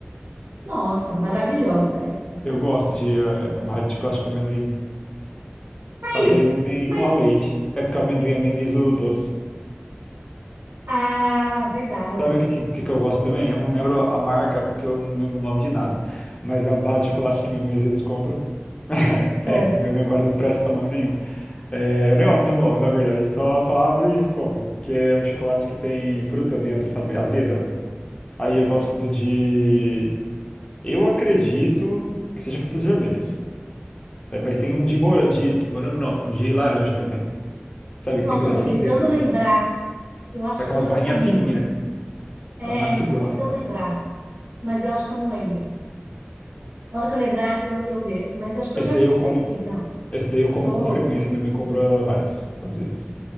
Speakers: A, on the right; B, on the left.
A: Nossa, maravilhosa essa.
B: Eu gosto de eh, com- de chocolate com amendoim.
A: Aí,
B: Só que aí não tem
A: mas,
B: com a leite. É porque o amendoim ameniza o doce.
A: ah, verdade.
B: Sabe o que, que, que eu gosto também? Eu não lembro a marca, porque eu não lembro o nome de nada. Mas é uma barra de chocolate que minha mãe às vezes compra. <laughs>
A: É.
B: É, que minha memória não presta pra nome nenhum. É, eu nem olho pro nome, na verdade. Só, só abro e como. Que é um chocolate que tem fruta dentro, sabe? Azeda. Aí eu gosto do de. Eu acredito que seja frutas vermelhas. É, mas tem um de, mora... de morango, não. Um de laranja também. Sabe? Que
A: Nossa,
B: tem pedacinho
A: eu tô tentando
B: dentro assim.
A: lembrar. Eu acho
B: Só
A: que
B: que
A: eu
B: é umas
A: já
B: barrinhas
A: comi
B: fininhas.
A: uma vez. É,
B: Ela não é muito
A: eu
B: grossa,
A: tô tentando
B: não.
A: lembrar, mas eu acho que eu não lembro. A hora que eu lembrar, eu, eu ver. Mas eu acho que eu
B: Esse
A: já
B: daí
A: vi isso
B: eu como.
A: daí sim, não.
B: Esse daí eu como
A: Tô.
B: com frequência. Minha mãe compra vários, às vezes.